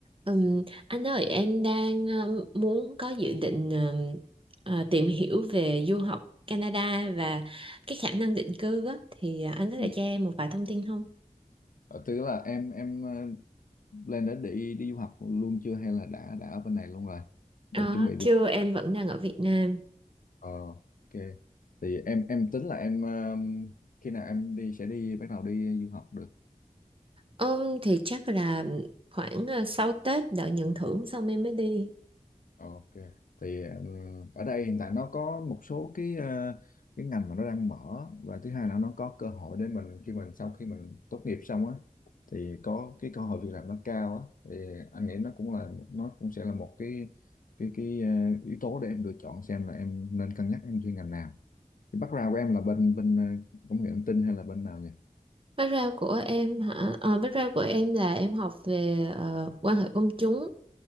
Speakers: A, on the right; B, on the left.
A: Ừm, anh ơi, em đang ờ, muốn có dự định ờ, ờ, tìm hiểu về du học Canada và cái khả năng định cư á, thì ờ, anh có
B: Ừ.
A: thể cho em một vài thông tin không?
B: Ờ, tức là em em ờ, lên đã đi đi du học luôn chưa hay là đã đã ở bên này luôn rồi để
A: Ờ,
B: chuẩn bị
A: chưa,
B: du học
A: em vẫn đang ở Việt Nam.
B: ờ ok thì em em tính là em ờ, khi nào em đi sẽ đi bắt đầu đi du học được
A: Ừm, thì chắc là khoảng ờ, sau Tết đợi nhận thưởng xong em mới đi.
B: Ok. Thì ừm, ở đây hiện tại nó có một số cái ờ, cái ngành mà nó đang mở và thứ hai là nó có cơ hội để mình khi mình sau khi mình tốt nghiệp xong á thì có cái cơ hội việc làm nó cao á thì anh nghĩ nó cũng là nó cũng sẽ là một cái cái cái ờ, yếu tố để em lựa chọn xem là em nên cân nhắc em chuyên ngành nào. Cái background của em là bên bên ờ, công nghệ thông tin hay là bên nào nhỉ?
A: Background của em hả? Ờ, background của em là em học về ờ, quan hệ công chúng